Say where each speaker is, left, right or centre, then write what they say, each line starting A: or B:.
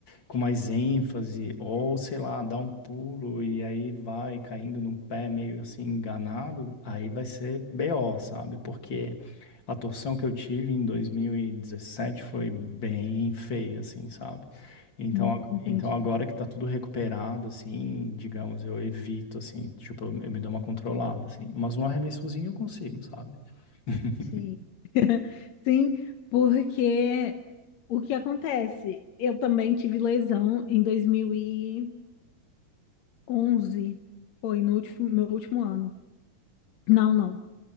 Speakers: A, on the left; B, on the left.
A: com mais ênfase, ou sei lá, dá um pulo e aí vai caindo no pé meio assim enganado, aí vai ser BO, sabe? Porque a torção que eu tive em 2017 foi bem feia, assim, sabe? Então,
B: Hum,
A: ag-
B: Entendi.
A: então agora que tá tudo recuperado, assim, digamos, eu evito, assim, tipo, eu, eu me dou uma controlada, assim. Mas um arremessozinho eu consigo, sabe? <laughs>
B: Sei. Sim, porque o que acontece? Eu também tive lesão em dois mil e onze. foi no último, meu último ano. Não, não.